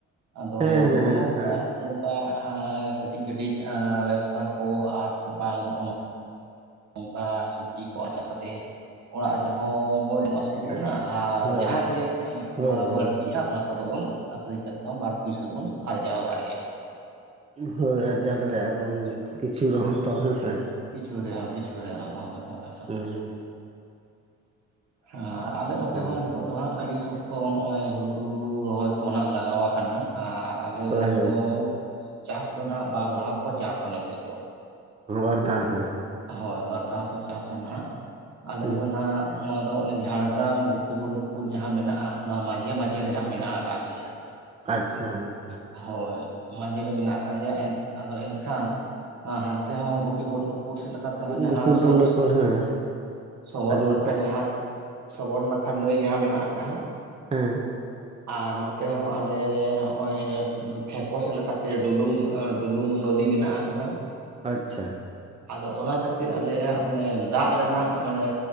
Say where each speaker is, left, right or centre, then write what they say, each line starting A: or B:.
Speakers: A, on the right; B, on the right.
A: ᱟᱫᱚ
B: ᱦᱮᱸ ᱦᱮᱸ
A: ᱱᱚᱜ-ᱚ
B: ᱦᱮᱸ
A: ᱱᱚᱝᱠᱟ
B: ᱦᱮᱸ
A: ᱱᱚᱝᱼᱼ ᱠᱟ ᱟᱨ ᱠᱟᱹᱴᱤᱡ ᱠᱟᱹᱴᱤᱡ ᱟᱨ ᱵᱮᱵᱽᱥᱟ ᱠᱚ ᱟᱨ ᱥᱮ ᱵᱟᱝ ᱦᱚᱸᱜ-ᱚ ᱱᱚᱼᱼ ᱚᱱᱠᱟ ᱥᱚᱵᱽᱡᱤ ᱠᱚ ᱪᱟᱥ ᱠᱟᱛᱮᱜ ᱚᱲᱟᱜ ᱨᱮᱦᱚᱸ ᱵᱚ ᱡᱚᱢ ᱢᱟᱥᱮᱼᱼ ᱛᱩᱞᱩᱜ
B: ᱟᱪᱪᱷᱟ
A: ᱟᱱᱟ ᱟᱨ ᱡᱟᱦᱟᱸ ᱜᱮ ᱮ
B: ᱦᱳᱭ
A: ᱵᱟ
B: ᱦᱳᱭ
A: ᱵᱟᱹᱲᱛᱤᱜ-ᱟ ᱚᱱᱟ ᱠᱚᱫᱚ ᱵᱚᱱᱼᱼ ᱟᱹᱠᱷᱨᱤᱧ ᱠᱟᱛᱮ ᱦᱚᱸ ᱵᱟᱨ ᱯᱩᱭᱥᱟᱹ ᱵᱚᱱ ᱟᱨᱡᱟᱣ ᱫᱟᱲᱮᱭᱟᱜ᱾
B: ᱦᱚᱭ ᱟᱨᱡᱟᱣ ᱫᱟᱲᱮᱭᱟᱜ-ᱟ ᱵᱚᱱ ᱠᱤᱪᱷᱩ ᱨᱮᱦᱚᱸ ᱛᱚ ᱦᱮᱸᱥᱮ᱾
A: ᱠᱤᱪᱷᱩ ᱨᱮᱦᱚᱸ ᱠᱤᱪᱷᱩ ᱨᱮᱦᱚᱸ ᱦᱚᱸ ᱦᱚᱭ ᱦᱚᱭ᱾
B: ᱦᱩᱸ
A: ᱦᱟᱸ ᱟᱞᱮ ᱱᱚᱛᱮ
B: ᱚ
A: ᱦᱚᱸ ᱱᱤᱛᱚᱜ ᱫᱚ ᱦᱟᱸᱜ ᱟᱹᱰᱤ ᱥᱚᱠᱼᱼ ᱛᱚ ᱱᱚᱜ-ᱚᱭ ᱦᱩᱲᱩ ᱨᱚᱦᱚᱭ ᱠᱚ ᱦᱚᱸ ᱱᱟᱜ ᱞᱟᱜᱟᱣ ᱠᱟᱱᱟ ᱟᱨ ᱟᱞᱮ
B: ᱦᱳᱭ
A: ᱫᱷᱟᱨᱮ ᱫᱚᱼᱼ ᱪᱟᱥ ᱫᱚ ᱱᱟᱦᱟᱸᱜ ᱵᱟᱨ ᱫᱷᱟᱣ ᱠᱚ ᱪᱟᱥᱟ ᱱᱚᱛᱮ ᱫᱚ᱾
B: ᱦᱩᱲᱩ ᱵᱟᱨ ᱫᱟᱸ ᱦᱮᱸ᱾
A: ᱦᱚᱭ ᱵᱟᱨ ᱫᱷᱟᱣ ᱠᱚ ᱪᱟᱥᱟ ᱱᱟᱦᱟᱸᱜ ᱟᱞᱮ
B: ᱦᱩᱸ
A: ᱫᱚ ᱱᱟᱦᱟᱸᱜᱼᱼ ᱱᱚᱣᱟ ᱫᱚ ᱚᱱᱮ ᱡᱷᱟᱲᱜᱨᱟᱢ ᱜᱚᱯᱤ ᱵᱚᱞᱞᱚᱠᱽᱯᱩᱨ ᱡᱟᱦᱟᱸ ᱢᱮᱱᱟᱜ-ᱟ, ᱚᱱᱟ ᱢᱟᱡᱷᱮ ᱢᱟᱡᱷᱮ ᱨᱮ ᱦᱟᱸᱜ ᱢᱮᱱᱟᱜ ᱟᱠᱟᱜ ᱞᱮᱭᱟ᱾
B: ᱟᱪᱪᱷᱟ ᱟᱸᱻ᱾
A: ᱦᱚᱭ ᱢᱟᱡᱷᱮ ᱨᱮ ᱢᱮᱱᱟᱜ ᱟᱠᱟᱜ ᱞᱮᱭᱟ ᱮᱱᱼᱼ ᱟᱫᱚ ᱮᱱᱠᱷᱟᱱ ᱦᱟᱱᱛᱮ ᱦᱚᱸ ᱜᱚᱯᱤ ᱵᱚᱞᱞᱚᱠ ᱯᱩᱨ ᱥᱮᱫ ᱞᱮᱠᱼᱼ ᱠᱟ ᱛᱮᱦᱚᱸ ᱡᱟᱦᱟᱸ
B: ᱜᱩᱯᱤ ᱵᱚᱞᱞᱚᱯᱩᱨ
A: ᱥᱚᱜ ᱥᱚ
B: ᱦᱮᱸ
A: ᱥᱚᱜᱚᱫ
B: ᱟᱸᱡᱚᱢ
A: ᱱᱟᱠᱷᱟ
B: ᱠᱟᱜ
A: ᱡᱟᱦᱟᱸᱼᱼ ᱥᱚᱵᱚᱨ ᱱᱟᱠᱷᱟ ᱱᱟᱹᱭ ᱡᱟᱦᱟᱸ ᱢᱮᱱᱟᱜ ᱟᱠᱟᱟᱜ-ᱟᱼᱼ
B: ᱦᱮᱸ᱾
A: ᱟᱨ ᱱᱚᱛᱮ ᱦᱚᱸ ᱟᱞᱮ ᱦᱚᱜᱼᱚᱭ ᱯᱷᱮᱠᱚ ᱥᱮᱫ ᱞᱮᱠᱟᱛᱮ ᱰᱩᱞᱩᱝ ᱟᱨ ᱰᱩᱞᱩᱝ ᱱᱚᱫᱤ ᱢᱮᱱᱟᱜ ᱟᱠᱟᱫᱟ
B: ᱟᱪᱪᱷᱟ
A: ᱟᱫᱚ ᱚᱱᱟ ᱠᱷᱟᱹᱛᱤᱨ ᱟᱞᱮᱭᱟᱜ ᱢᱟᱱᱮ ᱫᱟᱜ ᱨᱮᱱᱟᱜ ᱢᱟᱱᱮ